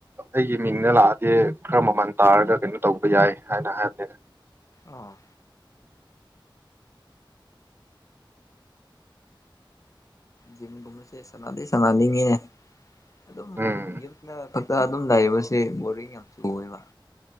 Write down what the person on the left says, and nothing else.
ꯑ ꯖꯤꯝꯒꯨꯝꯃꯦꯁꯦ ꯁꯥꯅꯗꯤ ꯁꯟꯅꯥ ꯁꯥꯟꯅꯅꯤꯡꯉꯤꯅꯦ ꯑꯗꯨꯝ
ꯌꯨꯝꯗ ꯐꯛꯇ ꯑꯗꯨꯝ ꯂꯩꯕꯁꯦ ꯕꯣꯔꯤꯡ ꯌꯥꯝ ꯆꯨꯌꯦꯕ